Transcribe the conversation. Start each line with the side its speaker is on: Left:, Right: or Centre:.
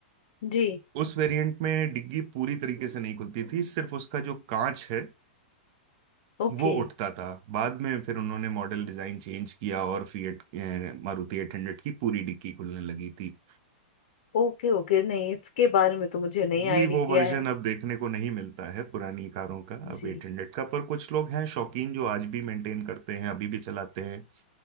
Left: जी
Right: उस वेरिएंट में डिग्गी पूरी तरीके से नहीं खुलती थी सिर्फ उसका जो कांच है
Left: Okay
Right: वो उठता था बाद में फिर उन्होंने मॉडल डिजाइन चेंज किया और फिएट मारुति एट हंड्रेड की पूरी डिग्गी खुलने लगी थी
Left: okay ओके नहीं इसके बारे में तो मुझे नहीं
Right: जी
Left: आइडिया
Right: वो वर्जन
Left: है
Right: अब देखने को नहीं मिलता है पुरानी कारों का अब
Left: जी
Right: एट हंड्रेड का पर कुछ लोग हैं शौकीन जो आज भी मेंटेन करते हैं अभी भी चलाते हैं